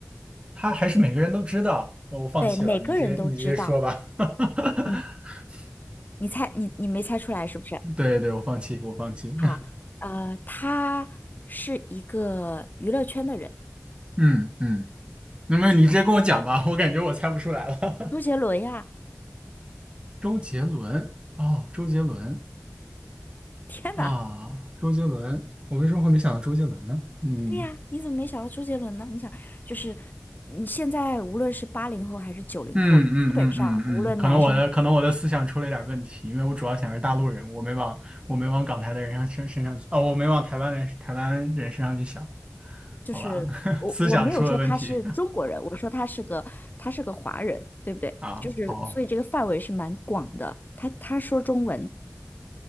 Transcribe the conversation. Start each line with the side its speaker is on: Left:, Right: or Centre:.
Right: 他还是每个人都知道，哦我放弃了，
Left: 对，每个人都知道。
Right: 你直接你直接说吧，<laughs>
Left: 嗯，你猜，你你没猜出来是不是？
Right: 对对，我放弃，我放弃，
Left: 好，呃，他是一个娱乐圈的人，
Right: <laughs> 嗯嗯。那么你直接跟我讲吧，我感觉我猜不出来了。
Left: 周杰伦呀！
Right: <laughs> 周杰伦，哦，周杰伦
Left: 天哪，
Right: 啊，周杰伦，我为什么会没想到周杰伦呢？嗯
Left: 对呀，你怎么没想到周杰伦呢？你想，就是，嗯，现在无论是八零后还是九零后，
Right: 嗯嗯嗯嗯嗯，
Left: 基本上无论男生，
Right: 可能我的可能我的思想出了一点问题，因为我主要想是大陆人，我没往我没往港台的人上身身上去，哦，我没往台湾人台湾人身上去想，
Left: 就是我我没有说他是中国人，
Right: 好吧，<laughs> 思想出了问题
Left: 我说他是个他是个华人，对不对？
Right: <laughs> 啊，
Left: 就是所以这个范围是蛮广的。
Right: 好，
Left: 他他说中文，